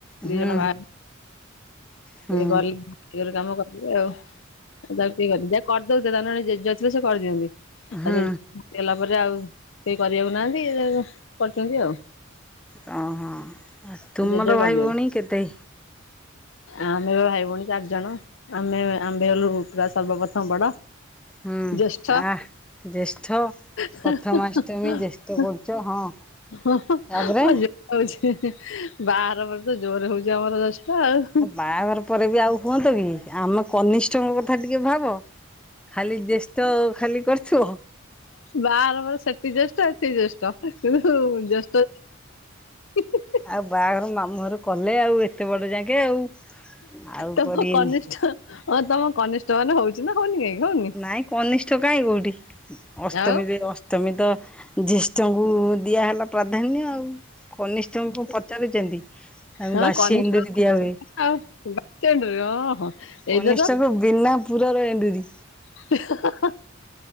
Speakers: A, in the centre; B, on the left (about 65°).
A: ହୁଁ
B: ଦିଇ ଜଣ ଭା
A: ହୁଁ
B: ଟ ଗ କାମ କରିବେ ଆଉ। <unintelligible> ତାକୁ କିଏ କରିନି ଯାହା କରିଦଉ ତାେ <unintelligible> ଯଥିଲେ ସେ କରିଦିଅନ୍ତି
A: ହୁଁ ହୁଁ
B: ଆଉ ସେ ଗଲା ପରେ ଆଉ କେହି କରିବାକୁ ନାହାନ୍ତି କରିଛନ୍ତି ଆଉ।
A: ହଁ ହଁ ତୁମର
B: ଜେଜେ କରିଦିଅନ୍ତି
A: ଭାଇ ଭଉଣୀ କେତେ?
B: ଆମେ ଭାଇ ଭଉଣୀ ଚାରିଜଣ ଆମେ ଆମ୍ଭେ ହେଲୁ ପୁରା ସର୍ବପ୍ରଥମ ବଡ।
A: ହୁଁ
B: ଜ୍ୟେଷ୍ଠ
A: ଆ ଜ୍ୟେଷ୍ଠ
B: <inaudible>
A: ପ୍ରଥମାଷ୍ଟମୀ ଜ୍ୟେଷ୍ଠ କରୁଛ ହଁ
B: <inaudible>
A: ତାପରେ
B: ହଉଛି ହିଁ-ହିଁ <unintelligible> ପରେ ତ ଜୋରେ ହଉଚି ଆମର <unintelligible> ଆଉ ହୁଁ।
A: ବାହାଘର ପରେ ବି ଆଉ ହୁଅନ୍ତ କି ଆମ କନିଷ୍ଠଙ୍କ କଥା ଟିକେ ଭାବ। ଖାଲି ଜେଷ୍ଟ ଖାଲି କରୁଥିବ।
B: ବାହାଘର ପରେ ସେଟି ଜଷ୍ଟ ଏଟି ଜଷ୍ଟ <unintelligible> ଜେଷ୍ଟ <unintelligible>
A: ଆଉ ବାହାଘର ମାମୁଁ ଘର କଲେ ଆଉ ଏତେ ବଡ଼ ଯାଙ୍କେ ଆଉ। ଆଉ
B: ତମ
A: କରିବେନି
B: କନିଷ୍ଠ ହଁ ତମ କନିଷ୍ଠ ମାନେ ହଉଛି ନା ହଉନି କାଇଁ।
A: ନାଇଁ କନିଷ୍ଠ କାଇଁ କୋଉଟି, ଅଷ୍ଟମୀରେ
B: ଆଉ
A: ଅ ଷ୍ଟମୀ ତ ଜ୍ୟେଷ୍ଠଙ୍କୁ ଦିଆହେଲା ପ୍ରାଧାନ୍ୟ ଆଉ। କନିଷ୍ଠଙ୍କୁ କଣ ପଚାରୁଛନ୍ତି, ତାଙ୍କୁ
B: ହଁ
A: ବାସି
B: କନିଷ୍ଠ
A: ଏଣ୍ଡୁରି ଦିଆହୁଏ।
B: ଆଉ <inaudible>
A: କନିଷ୍ଟଙ୍କୁ
B: ତ
A: ବିନା ପୁର ରେ ଏଣ୍ଡୁରି।
B: <unintelligible>